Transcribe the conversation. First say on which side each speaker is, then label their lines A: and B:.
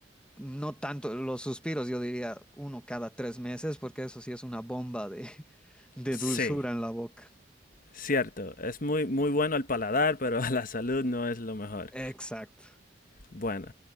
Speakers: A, in the centre; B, on the left (about 50°).
A: No tanto los suspiros, yo diría uno cada tres meses, porque eso sí es una bomba de, <laughs> de
B: sí,
A: dulzura en la boca.
B: cierto. Es muy, muy bueno al paladar, pero <laughs> a la salud no es lo mejor.
A: Exacto.
B: Bueno.